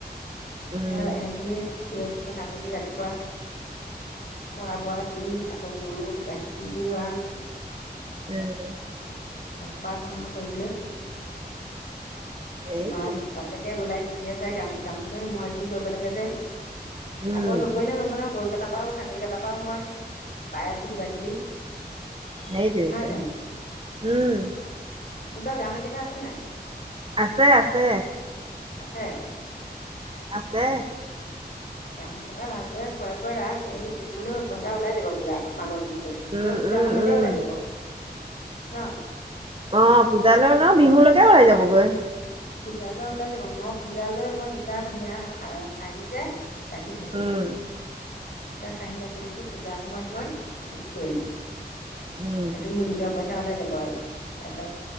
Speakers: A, on the right; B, on the left.
A: উম
B: এ' সেইখিনি থি আকৌ ছাগলী ৰাতিপুৱা খোৱা -বোৱা দি আকৌ গৰু - গাখীৰ গাখীৰ খিৰুৱা
A: উম
B: এসোপা আছে নহয় কৰিবলৈ।
A: সেইটোৱে
B: মা -বাপেকে ওলাই গৈছে। যিয়ে যায় কাম কামলৈ মই এইখিনি কৰিব লাগে যে ।
A: উম
B: আকৌ নকৰিলে নবনাও গৰু তাৰপাও চাগলী কেইটাৰ পা মই পাই আছো কিবা -কিবি।
A: সেইটোৱে
B: নহয়
A: টো
B: জানো
A: উম
B: তহঁতৰ গাহৰিকেইটা আছে নাই
A: আছে - আছে।
B: আছে
A: আছে।
B: গাহৰি কেইটা ভালদৰে খুৱাই -বোৱাই ৰাখ সেই বিহুলৈ পইচা ওলাই যাব পুৰা মাঘত। পূজাৰ
A: উম উম
B: সময়তে
A: উম
B: ওলাই যাব। ন'
A: অ' পূজালৈ অলপ বিহুলৈকে ওলাই যাবগৈ।
B: পূজালৈ ওলাই যাব মই পূজালৈ মই দুটা ধুনীয়া খাঁহি যে ৰাখি থৈছো।
A: উম
B: দুটা খাহি ৰাখি থৈছো পূজাৰ সময়ত মই বিক্ৰী কৰিম।
A: উম
B: সেইটো মোৰ নিজা পইছা তাই ওলাই যাব আৰু তাৰ পিছত